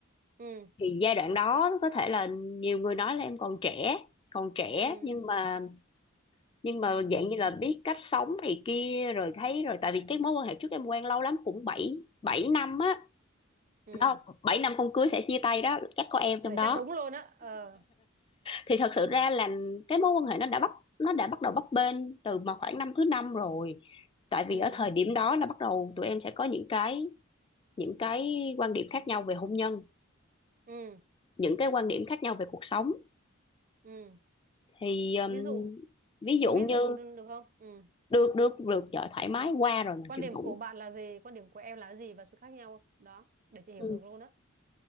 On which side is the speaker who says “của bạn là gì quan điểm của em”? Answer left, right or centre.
Right